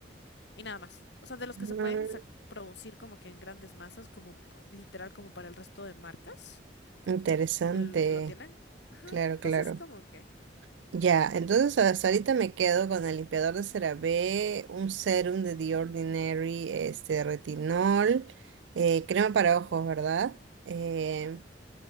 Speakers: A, on the left (about 70°); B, on the right (about 85°).
A: y nada más. O sea, de los que
B: ujú.
A: se pueden sac- producir como que en grandes masas, como literal como para el resto de marcas
B: Interesante.
A: que, l- que lo tienen. Ajá,
B: Claro,
A: entonces
B: claro.
A: como que...
B: Ya, entonces hasta ahorita me quedo con el limpiador de CeraVe, un serum de The Ordinary, este retinol, eh, crema para ojos, ¿verdad? Eh,